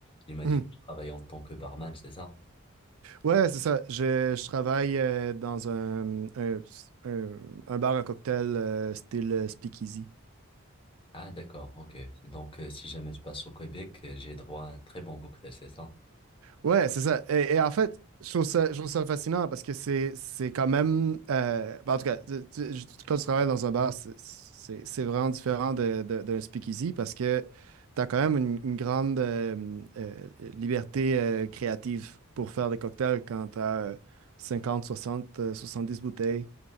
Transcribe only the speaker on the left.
Il m'a
dit que tu travailles en tant que barman, c'est ça?
Ah, d'accord, ok. Donc, euh, si jamais je passe au Québec, euh, j'ai droit à un très bon cocktail, c'est ça?